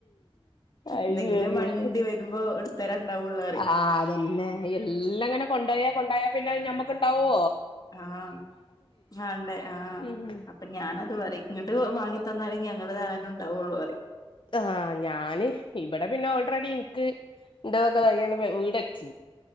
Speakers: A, on the left; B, on the left.
A: അത്
B: ഇന്നെങ്കിലേ
A: ശരിയാണ്
B: വണ്ടി വരുമ്പോ ഇട്ത്തരാൻ ഉണ്ടാവുളളു പറിം
A: ആഹ് അതന്നെ എല്ലാം അങ്ങനെ കൊണ്ടായ കൊണ്ടായ പിന്നെ ഞമ്മക്ക് ണ്ടാവോ
B: ആഹ് വാണ്ടേ ആഹ്
A: ഉം
B: അപ്പൊ ഞാനത് പറിം. ഇങ്ങട്ട് വാങ്ങി തന്നാലേ ഞങ്ങള് കാണാനും ഉണ്ടാവൊള്ളൂ പറിം
A: ആഹ് ഞാന് ഇവിടെ പിന്നെ ഓൾറെഡി ഇൻക്ക് ഇൻ്റതൊക്കെ <unintelligible> വീടെച്ച്